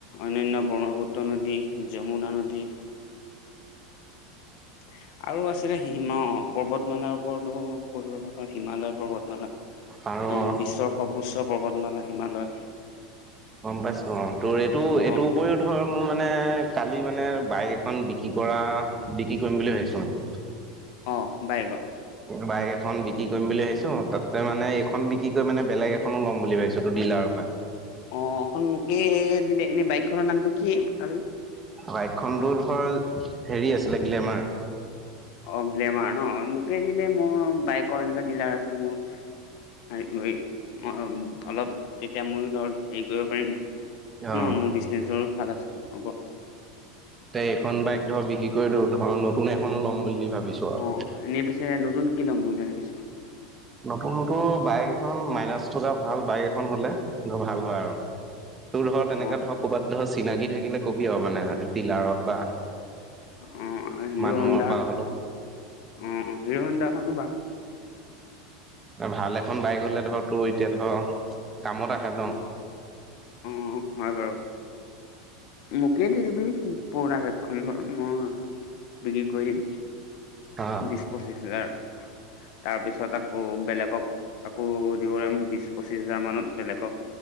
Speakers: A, on the left; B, on the right.
A: অন্যান্য ব্ৰহ্মপুত্ৰ নদী, যমুনা নদী। <unintelligible> আৰু আছিলে হিমা পৰ্বতমালাৰ ওপৰতো পঢ়িব পো হিমালয় পৰ্বতমালা।
B: আৰু
A: অহ
B: অ
A: বিশ্বৰ সৰ্বোচ্চ পৰ্বতমালা হিমালয়।
B: গম পাইছো অ' তোৰ এইটো এইটোৰ
A: অ
B: উপৰিও ধৰ মোৰ মানে। কালি মানে বাইক এখন বিক্ৰী কৰা বিক্ৰী কৰিম বুলি ভাবিছো মানে।
A: অ' বাইকৰ।
B: বাইক এখন বিক্ৰী কৰিম বুলি ভাবিছো। তাতে মানে এখন বিক্ৰী কৰি মানে বেলেগ এখনো ল'ম বুলি ভাবিছো টো ডিলাৰ। পায়।
A: অ' এখন মোকে, এনে বাইক খনৰ নামটো কি আৰু।
B: বাইকখনতো ধৰ হেৰি আছিলে গ্লেমাৰ।
A: অ' গ্লেমাৰ ন মোকে যে মোৰ বাইকৰ এনেকুৱা ডিলাৰ আছে মোৰ। <unintelligible> অ অলপ তেতিয়া ময়ো ধৰক হেৰি কৰিব পাৰিম
B: অ
A: ন মোৰ বিজনেচৰ <unintelligible>
B: তে এইখন বাইক ধৰ বিক্ৰী কৰি দিওঁ ধৰ নতুন এখনো ল'ম বুলি ভাবিছো আৰু।
A: উ এনে পিছে নতুন কি ল'ম বুলি ভাবিছ?
B: নতুনতো বাইক খন মাইলেজ থকা ভাল বাইক এখন হ'লে ভাল হয় আৰু। তোৰ ধৰ
A: অ
B: তেনেকা ধৰ ক'ৰবাত ধৰ চিনাকি থাকিলে কবি আৰু মানে ডিলাৰত বা
A: অ হিৰো
B: মানুহৰ
A: হণ্ডা
B: পৰা
A: অ
B: হ'লেও
A: হিৰো হণ্ডাখনো যাম।
B: ভাল এখন বাইক হলে ধৰ তোৰ এতিয়া ধৰ কামত আহে ন
A: উম উম হয় বাৰু। মোকেই দি দিবি পুৰণা বাইকখন উম বিক্ৰী কৰিম।
B: অ
A: বিশ পঁচিশ হাজাৰ। তাৰ পিছত আকৌ বেলেগক আকৌ দিব পাৰিম বিশ পঁচিশ হাজাৰ মানত। বেলেগক